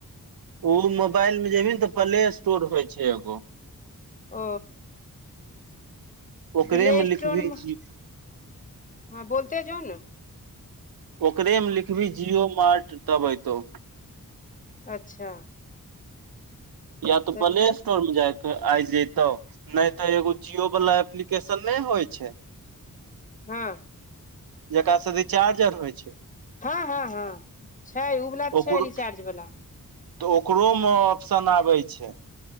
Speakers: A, on the right; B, on the left.
A: ओ मोबाइल मे जेबही ने तऽ प्ले स्टोर होइ छै एगो
B: ओ
A: ओकरे
B: प्ले
A: मे लिखबही
B: स्टोरमे
A: जी
B: हँ बोलते जो ने
A: ओकरे मे लिखबी जियो मार्ट तब एतौ
B: अच्छा
A: या तो
B: तऽ
A: पलेश स् <unintelligible> जाय के आइ जतौ नहि तऽ एगो जियो वाला एप्लिकेशन नहि होइ छै <inaudible>
B: हँ
A: जेकरा सँ से रिचार्ज आर होइ छै
B: हँ हँ हँ छै ओ वला त
A: ओकरो
B: छै रिचार्ज वाला
A: तऽ ओकरो म ऑप्शन आबै छै